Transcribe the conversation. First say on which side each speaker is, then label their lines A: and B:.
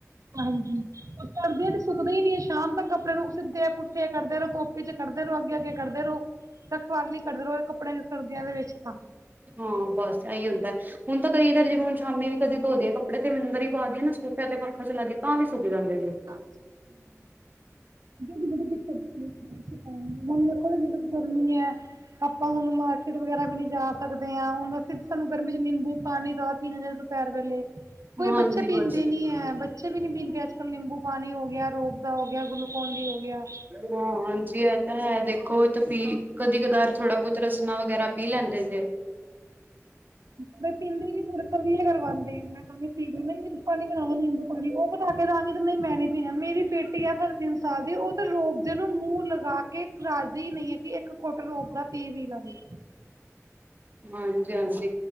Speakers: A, on the right (about 90°); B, on the right (about 35°).
A: ਹਾਂਜੀ। ਸਰਦੀਆ 'ਚ ਸੁੱਕਦੇ ਹੀ ਨੀ ਐ ਸ਼ਾਮ ਤੱਕ ਕੱਪੜੇ ਨੂੰ ਸਿੱਧੇ- ਪੁੱਠੇ ਕਰਦੇ ਰਹੋ ਧੁੱਪ 'ਚ ਕਰਦੇ ਰਹੋ। ਅੱਗੇ- ਅੱਗੇ ਕਰਦੇ ਰਹੋ। ਰਖਵਾਲੀ ਕਰਦੇ ਰਹੋ ਇਹ ਕੱਪੜਿਆਂ ਦੀ ਸਰਦੀਆਂ ਦੇ ਵਿੱਚ ਤਾਂ।
B: ਹਾਂ ਬਸ ਇਹੀ ਹੁੰਦਾ ਹੁਣ ਤਾਂ ਕਦੇ ਇਧਰ ਜਿਵੇਂ ਹੁਣ ਸ਼ਾਮੀ ਵੀ ਕਦੇ ਧੋਦੇ ਆ ਕੱਪੜੇ ਤੇ ਅੰਦਰ ਹੀ ਪਾਦੀ ਆ ਨਾ ਸੋਫ ਤੇ ਪੱਖਾ ਚਲਾਦੀ ਏ। ਤਾਂ ਵੀ ਸੁੱਕ ਜਾਂਦੇ ਜੇ ਨੇ।
A: <inaudible> ਬੜੀ ਦਿੱਕਤ ਹੁੰਦੀ, <unintelligible> ਮੇ ਕੋਲ ਜ ਗਰਮੀ ਹੈ ਆਪਾਂ ਹੁਣ ਮਾਰਕੀਟ ਵਗੈਰਾ ਵੀ ਨੀ ਜਾ ਸਕਦੇ ਆ। ਹੁਣ ਅਸੀ ਸਾਨੂੰ ਗਰਮੀ 'ਚ ਨਿੰਬੂ ਪਾਣੀ ਜਿਆਦਾ ਪੀਣਾ ਪੈਣ ਵੇਲੇ ਕੋਈ
B: ਹਾਂਜੀ
A: ਬੱਚੇ ਪੀਂਦੇ
B: ਬਸ
A: ਨੀ ਐ। ਬੱਚੇ ਵੀ ਨੀ ਪੀਂਦੇ ਅੱਜ ਨਿੰਬੂ ਪਾਣੀ ਹੋ ਗਿਆ, ਰੂਅਫਜਾ ਹੋ ਗਿਆ, ਗੁਲੂਕੋਨ ਡੀ ਹੋ ਗਿਆ।
B: ਹਾਂ ਹਾਂਜੀ ਇਹ ਤਾਂ ਹੈ ਦੇਖੋ ਇਹ ਤਾਂ ਪੀ ਕਦੀ- ਕਦਾਰ ਥੋੜਾ ਬਹੁਤ ਰਸਣਾ ਵਗੈਰਾ ਪੀ ਲੈਂਦੇ ਜੇ।
A: ਪਰ ਪੀਂਦੇ ਵੀ ਪੂਰੇ ਤਰਲੇ ਕਰਵਾਂਦੇ ਮੈਂ ਕਹ ਪੀ ਪਾਣੀ ਬਣਾਵਾਂ ਨਿੰਬੂ ਪਾਣੀ ਉਹ ਬਣਾ ਕੇ ਦਵਾਂਗੀ ਤਾਂ ਮੈਂ ਨੀ ਪੀਣਾ ਮੇਰੀ ਬੇਟੀ ਆ ਸਾਢੇ ਤਿੰਨ ਸਾਲ ਦੀ ਉਹ ਤੇ ਰੋਪਦੇ ਨੂੰ ਮੂੰਹ ਲਗਾ ਕੇ ਰੱਜ਼ਦੀ ਨਹੀਂ ਹੈ ਕਿ ਇੱਕ ਕੁੱਟ ਰੋਵ ਦਾ ਪੀ ਵੀ ਲਵੇ।
B: ਹਾਂਜੀ-ਹਾਂਜੀ